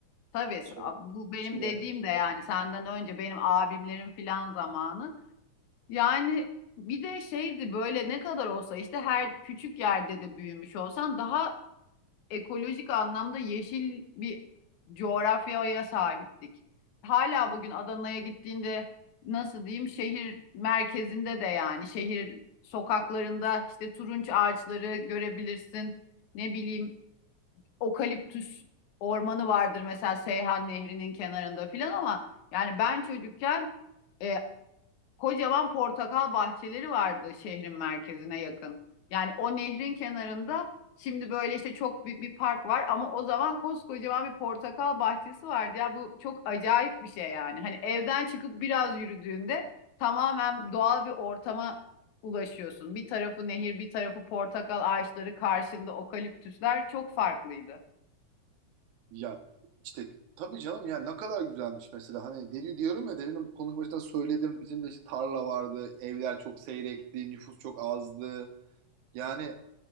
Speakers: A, on the left; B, on the right.
A: Tabii
B: Paso,
A: s- bu benim
B: Şile.
A: dediğim de yani senden önce benim abimlerin filan zamanı. Yani bir de şeydi böyle ne kadar olsa işte her küçük yerde de büyümüş olsan daha ekolojik anlamda yeşil bir coğrafyaya sahiptik. Hala bugün Adana'ya gittiğinde nasıl diyeyim şehir merkezinde de yani şehir sokaklarında işte turunç ağaçları görebilirsin. Ne bileyim okaliptüs ormanı vardır mesela Seyhan Nehri'nin kenarında filan ama yani ben çocukken e, kocaman portakal bahçeleri vardı şehrin merkezine yakın. Yani o nehrin kenarında şimdi böyle işte çok büyük bir park var ama o zaman koskocaman bir portakal bahçesi vardı ya bu çok acayip bir şey yani. Hani evden çıkıp biraz yürüdüğünde tamamen doğal bir ortama ulaşıyorsun. Bir tarafı nehir, bir tarafı portakal ağaçları, karşında okaliptüsler çok farklıydı.
B: Ya işte tabii canım ya ne kadar güzelmiş mesela hani deli diyorum ya delinin konuşmasında söyledim bizim de işte tarla vardı evler çok seyrekti nüfus çok azdı yani